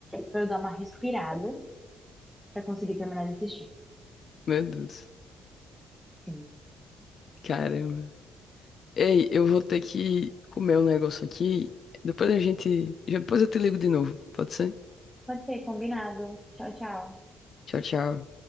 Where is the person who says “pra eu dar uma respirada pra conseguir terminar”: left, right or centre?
Centre